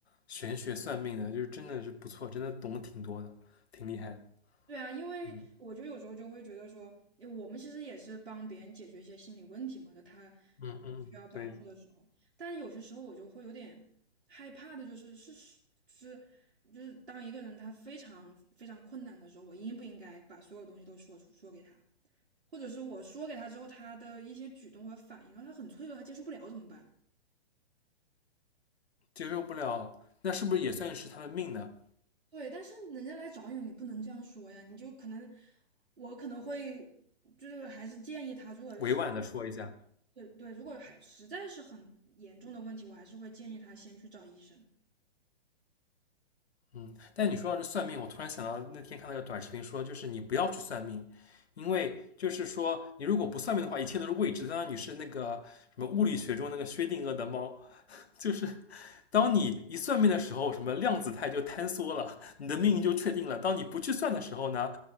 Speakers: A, on the left; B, on the right.
A: 玄学算命的，就是真的是不错，真的懂得挺多的，挺厉害的。
B: 对啊，因为我就有时候就会觉得说，
A: 嗯
B: 因为我们其实也是帮别人解决一些心理问题嘛，就他呃需要帮助的时候，
A: 嗯嗯，对。
B: 但有些时候我就会有点害怕的、就是，是是是，就是当一个人他非常非常困难的时候，我应不应该把所有东西都说出说给他，或者是我说给他之后，他的一些举动和反应，然后他很脆弱，他接受不了怎么办？
A: 接受不了，那是不是也算是他的命呢？
B: 对，但是人家来找你，你不能这样说呀，你就可能我可能会就是还是建议他，如果是。
A: 委婉的说一下，
B: 对对，如果还实在是很严重的问题，我还是会建议他先去找医生。
A: 嗯。但你说到这算命，我突然想到那天看那个短视频说，就是你不要去算命，因为就是说你如果不算命的话，一切都是未知的。当然你是那个什么物理学中那个薛定谔的猫，就是当你一算命的时候，什么量子态就坍缩了，你的命运就确定了。当你不去算的时候呢，